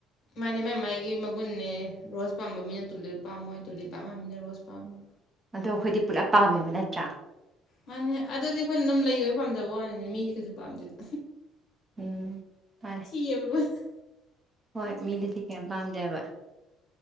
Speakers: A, on the left; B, on the right.
A: ꯃꯥꯅꯦ ꯃꯥꯥꯏ ꯃꯥꯏꯒꯤ ꯃꯒꯨꯟꯅꯦ ꯔꯣꯁ ꯄꯥꯝꯕ ꯃꯤꯅ ꯇꯨꯂꯤꯞ ꯄꯥꯝꯃꯣꯏ ꯇꯨꯂꯤꯞ ꯄꯥꯝꯕ ꯃꯤꯅ ꯔꯣꯁ ꯄꯥꯝꯃꯣꯏ
B: ꯑꯗꯣ ꯑꯩꯈꯣꯏꯗꯤ ꯄꯨꯂꯞ ꯄꯥꯝꯃꯦꯕ ꯅꯠꯇ꯭ꯔꯥ
A: ꯃꯥꯅꯦ ꯑꯗꯨꯗꯤ ꯑꯩꯈꯣꯏꯅ ꯑꯗꯨꯝ ꯂꯩ ꯑꯣꯏꯕꯩ ꯄꯥꯝꯖꯕ ꯋꯥꯅꯤꯅ ꯃꯤꯗꯤ ꯀꯩꯁꯨ ꯄꯥꯝꯗꯦꯗ
B: ꯎꯝ ꯃꯥꯅꯦ
A: ꯊꯤꯌꯦꯕ ꯂꯣꯏꯅ
B: ꯍꯣꯏ ꯃꯤꯗꯗꯤ ꯀꯦꯝ ꯄꯥꯝꯗꯦꯕ